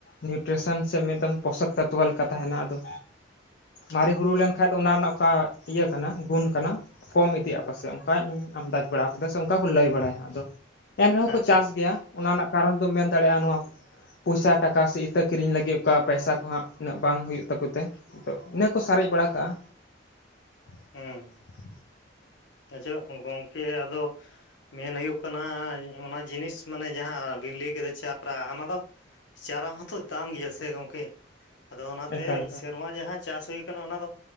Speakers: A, on the left; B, on the left.
A: ᱱᱤᱭᱩᱴᱨᱮᱥᱚᱱ ᱥᱮ ᱢᱤᱫᱴᱟᱝ ᱯᱳᱥᱟᱠᱛᱟ ᱛᱩᱣᱟᱞ ᱞᱮᱠᱟ ᱛᱟᱦᱮᱱᱟ ᱟᱫᱚ ᱢᱟᱨᱮ ᱦᱩᱲᱩ ᱞᱮᱱᱠᱷᱟᱱ ᱫᱚ ᱚᱱᱟ ᱨᱮᱱᱟᱜ ᱚᱠᱟ ᱤᱭᱟᱹ ᱠᱟᱱᱟ ᱜᱩᱱ ᱠᱟᱱᱟ ᱠᱚᱢ ᱤᱫᱤᱜᱼᱟ ᱯᱟᱥᱮᱡ ᱚᱱᱠᱟᱧ ᱟᱱᱫᱟᱡᱽ ᱵᱟᱲᱟ ᱟᱠᱟᱫᱟ ᱥᱮ ᱚᱱᱠᱟ ᱠᱚ ᱞᱟᱹᱭ ᱵᱟᱲᱟᱭᱟ ᱟᱫᱚ ᱮᱱ ᱨᱮᱦᱚᱸ ᱠᱚ
B: ᱟᱪᱪᱷᱟ
A: ᱪᱟᱥ ᱜᱮᱭᱟ ᱚᱱᱟ ᱨᱮᱱᱟᱜ ᱠᱟᱨᱚᱱ ᱫᱚᱢ ᱢᱮᱱ ᱫᱟᱲᱮᱭᱟᱜᱼᱟ ᱱᱚᱶᱟ ᱯᱚᱭᱥᱟ ᱴᱟᱠᱟ ᱥᱮ ᱤᱛᱟᱹ ᱠᱤᱨᱤᱧ ᱞᱟᱹᱜᱤᱫ ᱚᱠᱟ ᱯᱚᱭᱥᱟ ᱠᱚᱦᱟᱸᱜ ᱩᱱᱟᱹᱜ ᱵᱟᱝ ᱦᱩᱭᱩᱜ ᱛᱟᱠᱚ ᱛᱮ ᱟᱫᱚ ᱤᱱᱟᱹ ᱠᱚ ᱥᱟᱨᱮᱡ ᱵᱟᱲᱟ ᱠᱟᱜᱼᱟ <inaudible>
B: ᱦᱩᱸ ᱟᱪᱪᱷᱟ ᱜᱚᱝᱠᱮ ᱟᱫᱚ ᱢᱮᱱ ᱦᱩᱭᱩᱜ ᱠᱟᱱᱟ ᱚᱱᱟ ᱡᱤᱱᱤᱥ ᱢᱟᱱᱮ ᱡᱟᱦᱟᱸ ᱵᱤᱱ ᱞᱟᱹᱭ ᱠᱮᱫᱟ ᱪᱟᱨᱟ ᱚᱱᱟ ᱫᱚ ᱪᱟᱨᱟ ᱦᱚᱸᱛᱚ ᱫᱟᱢ ᱜᱮᱭᱟ ᱥᱮ ᱜᱚᱝᱠᱮ ᱟᱫᱚ ᱚᱱᱟ ᱛᱮ
A: ᱮᱠᱟᱞ
B: ᱥᱮᱨᱢᱟ ᱡᱟᱦᱟᱸ ᱪᱟᱥ ᱦᱩᱭ ᱟᱠᱟᱱᱟ ᱚᱱᱟ ᱫᱚ